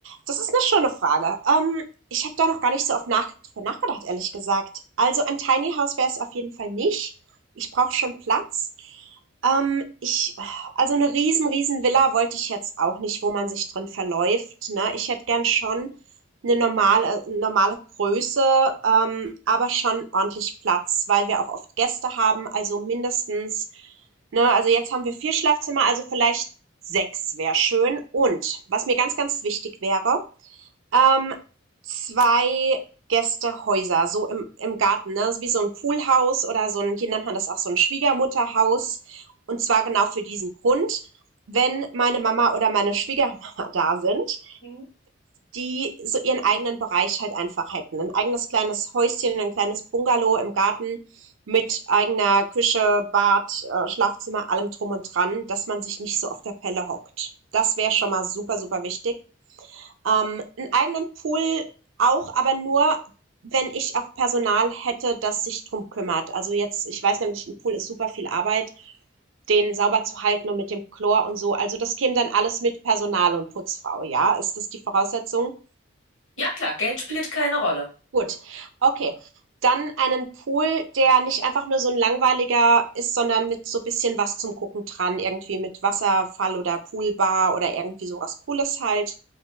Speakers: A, on the right (about 75°); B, on the left (about 80°).
A: Das ist eine schöne Frage. Ähm, ich habe da noch gar nicht so oft nach drüber nachgedacht, ehrlich gesagt. Also, ein Tiny House wäre es auf jeden Fall nicht. Ich brauche schon Platz. Ähm, ich also, eine riesen, riesen Villa wollte ich jetzt auch nicht, wo man sich drin verläuft, ne? Ich hätte gern schon eine normale normale Größe, ähm, aber schon ordentlich Platz, weil wir auch oft Gäste haben, also mindestens ne, also jetzt haben wir 4 Schlafzimmer, also vielleicht Sechs wäre schön. Und was mir ganz, ganz wichtig wäre, ähm, zwei Gästehäuser, so im, im Garten, ne? Wie so ein Poolhaus oder so ein, hier nennt man das auch so ein Schwiegermutterhaus. Und zwar genau für diesen Grund, wenn meine Mama oder meine Schwiegermama <laughs> da sind,
B: Hm.
A: die so ihren eigenen Bereich halt einfach hätten. Ein eigenes kleines Häuschen, ein kleines Bungalow im Garten mit eigener Küche, Bad, äh, Schlafzimmer, allem drum und dran, dass man sich nicht so auf der Pelle hockt. Das wäre schon mal super, super wichtig. Ähm, einen eigenen Pool auch, aber nur, wenn ich auch Personal hätte, das sich drum kümmert. Also jetzt, ich weiß nämlich, ein Pool ist super viel Arbeit, den sauber zu halten und mit dem Chlor und so. Also das käme dann alles mit Personal und Putzfrau, ja? Ist das die Voraussetzung?
B: Ja klar, Geld spielt keine Rolle.
A: Gut, okay. Dann einen Pool, der nicht einfach nur so ein langweiliger ist, sondern mit so ein bisschen was zum Gucken dran, irgendwie mit Wasserfall oder Poolbar oder irgendwie so was Cooles halt.